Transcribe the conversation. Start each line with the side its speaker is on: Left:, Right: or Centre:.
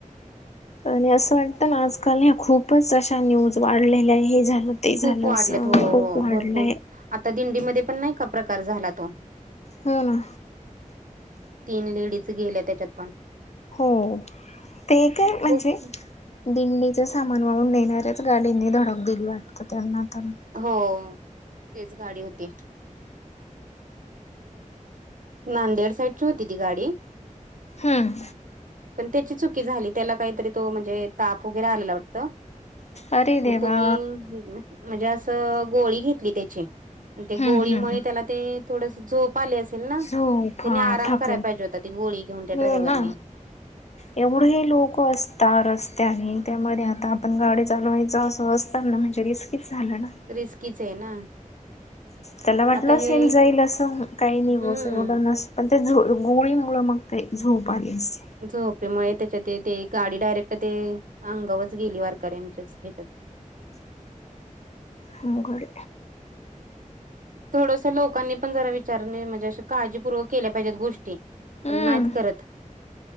Left: आणि असं वाटतं ना आजकाल ह्या खूपच अशा न्यूज वाढलेल्या हे झालं. ते झालं
Right: खूप वाढल्यात
Left: असं
Right: हो
Left: खूप
Right: हो
Left: वाढलंय
Right: भरपूर आता दिंडीमध्ये पण नाही का प्रकार झाला तो
Left: हा ना.
Right: तीन लेडीज गेल्या त्याच्यात पण
Left: हो,, ते काय म्हणजे?
Right: खूप
Left: दिंडीच सामान वाहून नेणाऱ्याच गाडींनी धडक दिली वाटत त्यांना तर
Right: हो तेच गाडी होती. नांदेड साईडची होती ती गाडी
Left: हम्म
Right: पण त्याची चुकी झाली त्याला काहीतरी तो म्हणजे ताप वगैरे आलेला वाटत.
Left: अरे देवा
Right: मग त्यानी म्हणजे असं गोळी घेतली त्याची आणि ते
Left: हम्म
Right: गोळीमुळे
Left: हम्म हम्म.
Right: त्याला ते थोडस झोप आले असेल ना.
Left: झोप
Right: त्याने
Left: हा
Right: आराम
Left: ठाकू
Right: करायला पाहिजे होता ती गोळी घेऊन त्या
Left: हो
Right: ड्रायव्हरने
Left: ना एवढे हे लोक असत. त रस्त्या आणि त्यामध्ये आता आपण गाडी चालवायचं असं असताना म्हणजे रिस्कीच झालं ना.
Right: रिस्कीच आहे ना.
Left: त्याला वाटलं
Right: आता
Left: असेल
Right: हे
Left: जाईल असं काही नाही
Right: हम्म
Left: बस एवढं नस. पण ते झो गोळीमुळं मग ते झोपाली असते.
Right: झोपेमुळे त्याच्यात ते गाडी डायरेक्ट ते अंगावच गेली वारकऱ्यांच्याच ह्याच्यात.
Left: मुंगर
Right: थोडस लोकांनी पण जरा विचारणे म्हणजे काळजीपूर्वक केल्या पाहिजेत गोष्टी
Left: हम्म
Right: पण नाहीत करत.